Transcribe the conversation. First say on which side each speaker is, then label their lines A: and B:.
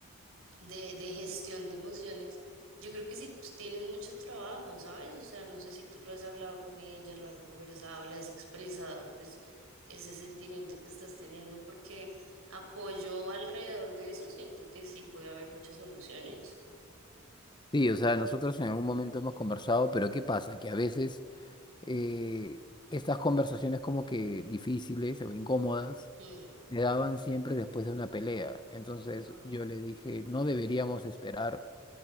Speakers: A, on the right; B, on the left.
A: de, de gestión de emociones, yo creo que sí pues, tienen mucho trabajo, ¿sabes? O sea, no sé si tú lo has hablado con ella, lo han conversado, le has expresado, pues, ese sentimiento que estás teniendo, porque apoyo alrededor de eso, siento que sí puede haber muchas soluciones.
B: Sí, o sea, nosotros en algún momento hemos conversado, pero ¿qué pasa? Que a veces eh, estas conversaciones como que difíciles o incómodas
A: Mm.
B: se daban siempre después de una pelea. Entonces
A: Ah.
B: yo le dije, no deberíamos esperar